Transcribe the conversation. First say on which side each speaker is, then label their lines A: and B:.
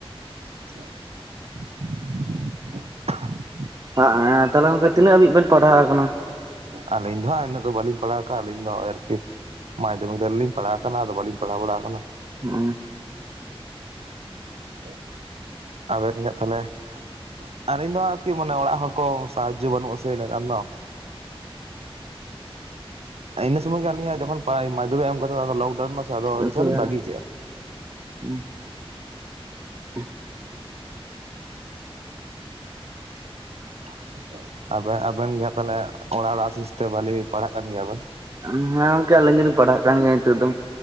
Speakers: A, on the right; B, on the right.
A: <unintelligible>
B: ᱦᱮ ᱦᱮᱸ ᱛᱟᱦᱚᱞᱮ ᱜᱚᱝᱠᱮ ᱛᱤᱱᱟᱹᱜ ᱦᱟᱹᱵᱤᱡ ᱵᱮᱱ ᱯᱟᱲᱦᱟᱣ ᱟᱠᱟᱱᱟ᱾
A: ᱟᱹᱞᱤᱧ ᱫᱚ ᱦᱟᱸᱜ ᱤᱱᱟᱹᱜ ᱫᱚ ᱵᱟᱹᱞᱤᱧ ᱯᱟᱲᱦᱟᱣ ᱠᱟᱜᱼᱟ ᱟᱹᱞᱤᱧ ᱫᱚ ᱳᱭ ᱟᱨᱠᱤ ᱢᱟᱭᱫᱷᱚᱢᱤᱠ ᱫᱟᱨᱤᱡ ᱞᱤᱧ ᱯᱟᱲᱦᱟᱣ ᱟᱠᱟᱱᱟ ᱟᱫᱚ ᱵᱟᱞᱤᱧ ᱯᱟᱲᱦᱟᱣ ᱵᱟᱲᱟ ᱟᱠᱟᱱᱟ᱾
B: <unintelligible>
A: <inaudible> ᱟᱵᱮᱱ ᱜᱮ ᱛᱟᱦᱚᱞᱮ ᱟᱹᱞᱤᱧ ᱫᱚ ᱦᱟᱸᱜ ᱟᱨᱠᱤ ᱢᱟᱱᱮ ᱚᱲᱟᱜ ᱦᱚᱲ ᱠᱚ ᱥᱟᱦᱟᱡᱡᱚ ᱵᱟᱹᱱᱩᱜ ᱟᱥᱮ ᱤᱱᱟᱹᱜ ᱜᱟᱱ ᱫᱚ ᱤᱱᱟᱹ ᱥᱚᱢᱚᱭ ᱜᱮ ᱟᱞᱤᱧᱟᱜ ᱡᱚᱠᱷᱚᱱ ᱢᱟᱭᱫᱷᱚᱢᱤᱠ ᱮᱢ ᱠᱟᱛᱷᱟ ᱟᱫᱚ ᱞᱚᱠᱰᱟᱣᱩᱱ ᱱᱟᱥᱮ ᱟᱫᱚ
B: <unintelligible>
A: ᱤᱱᱟᱹ ᱠᱷᱚᱱ ᱞᱤᱧ ᱵᱟᱹᱜᱤ ᱠᱮᱜᱼᱟ
B: <inaudible>
A: <inaudible> ᱟ ᱟᱵᱮᱱ ᱜᱮ ᱦᱟᱸᱜ ᱛᱟᱦᱞᱮ ᱚᱲᱟᱜ ᱦᱚᱲᱟᱜ ᱟᱥᱤᱥ ᱛᱮ ᱵᱷᱟᱞᱤ ᱯᱟᱲᱦᱟᱜ ᱠᱟᱱ ᱜᱮᱭᱟ ᱵᱮᱱ᱾
B: ᱦᱮᱸ ᱜᱚᱝᱠᱮ ᱟᱹᱞᱤᱧ ᱫᱚᱞᱤᱧ ᱯᱟᱲᱦᱟᱜ ᱠᱟᱱ ᱜᱮᱭᱟ ᱱᱤᱛᱚᱜ ᱫᱚ᱾